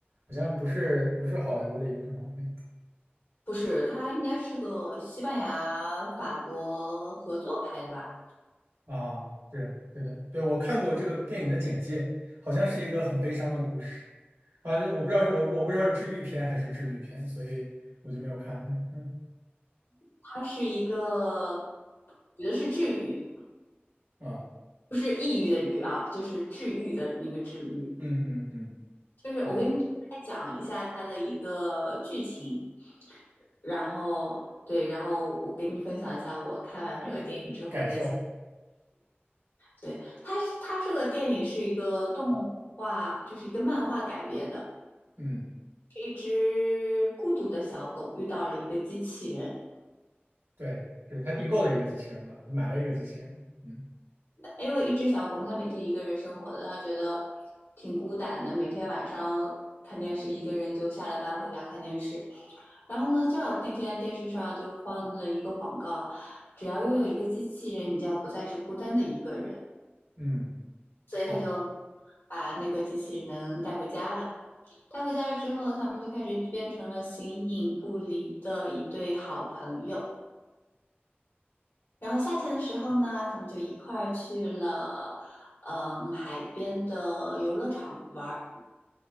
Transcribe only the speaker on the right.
好像不是不是好莱坞的一个动画片
啊，对对的，对我看过这个电影的简介，好像是一个很悲伤的故事啊，我不知道是我我不知道是治愈片还是治愈片，所以我就没有看，<laughs> 嗯
啊
嗯嗯嗯
啊，
感受。
嗯。
对，就是他订购的一个机器人吧，他买了一个机器人。嗯
嗯，
是，